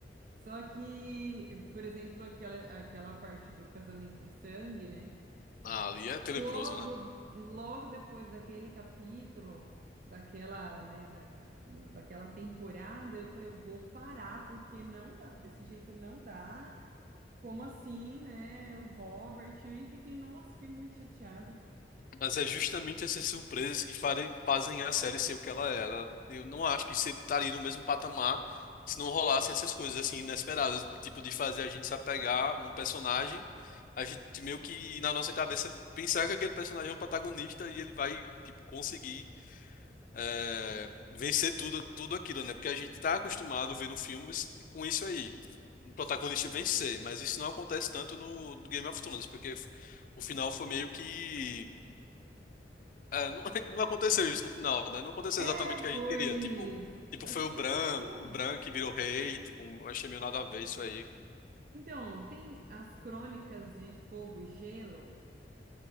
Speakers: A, on the right (about 50°); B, on the left (about 50°).
A: Só que, por exemplo, aquela, aquela parte do casamento de sangue, né?
B: Ah, ali é tenebroso,
A: Logo,
B: né?
A: logo depois daquele capítulo, daquela, né, da, daquela temporada, eu falei, eu vou parar porque não dá, desse jeito não dá. Como assim, né? O Robert, e fiquei, nossa, fiquei muito chateada.
B: Mas é justamente essas surpresas que fare- fazem a série ser o que ela é. Ela, eu não acho que você estaria no mesmo patamar se não rolassem essas coisas assim inesperadas, tipo de fazer a gente se apegar a um personagem, a gente meio que na nossa cabeça pensar que aquele personagem é um protagonista e ele vai tipo conseguir eh, vencer tudo, tudo aquilo, né? Porque a gente está acostumado vendo filmes com isso aí. O protagonista vencer, mas isso não acontece tanto no Game of Thrones, porque o final foi meio que é, não, <laughs> não aconteceu isso no final, né? Não aconteceu
A: É,
B: exatamente o
A: foi.
B: que a gente queria. Tipo, tipo
A: Achei
B: foi o Bran,
A: que ficou.
B: o Bran que virou rei. Tipo, eu achei meio nada a ver isso aí.
A: Então, tem as crônicas de Fogo e Gelo,